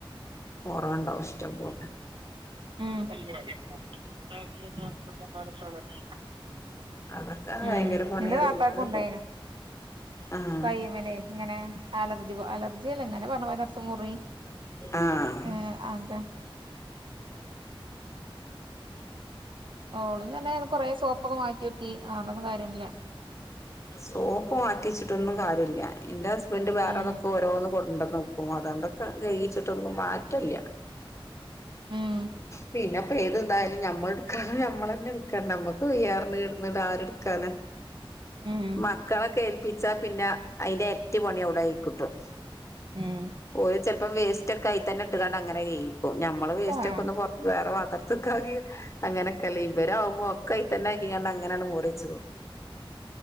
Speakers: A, on the left; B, on the right.
A: ഓറവുണ്ടാവും ഇഷ്ടം പോലെ
B: ഉം
A: അതൊക്കെ
B: ഉം
A: ഭയങ്കര പണിയാ
B: എന്റെ താത്താക്കും
A: അല്ലാതിപ്പോ
B: ഒണ്ടായിനു
A: ആഹ്
B: കൈമലേ ഇങ്ങനെ അലർജി പോ അലർജി അല്ല എങ്ങനെ പറഞ്ഞ പോലെ നെർച്ച മുറി
A: ആഹ്
B: ഏ ആഗ ഓള് ഇന്നലെ ഏതോ കൊറെേ സോപ്പൊക്കെ മാറ്റിക്കി ആന്നും കൊണ്ട് കാര്യമില്ല
A: സോപ്പ് മാറ്റിച്ചിട്ട് ഒന്നും കാര്യല്ല എന്റെ ഹസ്ബൻഡ് വേറെത്
B: ഉം
A: ഒക്കെ ഓരോന്ന് കൊണ്ട് എക്കണ് അ അത് കൊണ്ട് ഒക്കെ കയിച്ചിട്ട് ഒന്നും മാറ്റം ഇല്യ
B: ഉം
A: പിന്നെ ഇപ്പ ഏത് ന്താ ഞമ്മള് എടുക്കാന ഞമ്മള് അന്നെ എടുക്ക നമ്മക്ക് വയ്യാറിന്ന് കെടന്നിട്ട് ആര് എടുക്കാന
B: ഉം
A: മക്കളെക്കെ ഏൽപ്പിച്ചാ പിന്നെ അയിന്റെ എരട്ടി പണി ഒണ്ടായി കിട്ടും
B: ഉം
A: ഒരു ചെലപ്പം വേസ്റ്റ് ഒക്കെ ആയി തന്നെ ഇട്ടും കൊണ്ട് അങ്ങനെ കയിക്കും ഞമ്മള് വേസ്റ്റ്
B: ആഹ്
A: ഒക്കെ ഒന്ന് പൊറ വേറെ പാത്രത്തക്കാആക്കി അങ്ങനെ ഒക്കെ അല്ലേ ഇവര് ആവുമ്പോ ഒക്കെ അയ്യി തന്നെ ആക്കിക്കണ്ട് അങ്ങനെ അന്നെ മോറിച്ച് പോവും